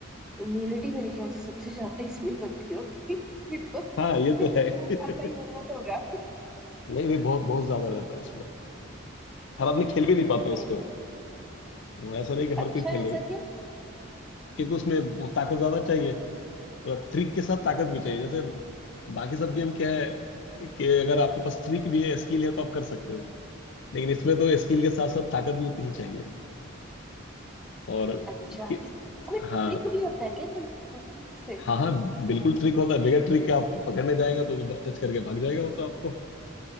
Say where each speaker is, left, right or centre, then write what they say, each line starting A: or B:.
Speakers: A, in the centre; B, on the left.
A: इम्यूनिटी मेरे ख्याल से सबसे ज्यादा इसमें बनती होगी <laughs> फिर तो
B: हाँ ये
A: फिर
B: तो
A: तो
B: है
A: इतना खाता ही
B: <laughs>
A: बहुत होगा
B: नहीं नहीं बहुत बहुत ज्यादा रहता है इसमें
A: <laughs>
B: हर आदमी खेल भी
A: नहीं,
B: नहीं पाता
A: नहीं,
B: इसको
A: नहीं।
B: हाँ, ऐसा नहीं कि हर
A: अच्छा
B: कोई खेल लेगा
A: ऐसा क्यों
B: क्योंकि उसमें वो ताकत ज्यादा चाहिए मतलब ट्रिक के साथ ताकत भी चाहिए जैसे बाकी सब गेम क्या है कि अगर आपके पास ट्रिक भी है स्किल है तो आप कर सकते हो लेकिन इसमें तो स्किल के साथ साथ ताकत भी उतनी ही चाहिए और
A: अच्छा
B: कि-
A: इस- इसमें
B: हाँ
A: ट्रिक भी होता है क्या कोई कोई ट्रिक से
B: हाँ हाँ बिल्कुल ट्रिक होता है बगैर ट्रिक के आप पकड़ने जाएगा तो, तो बस टच करके भाग जाएगा वो तो आपको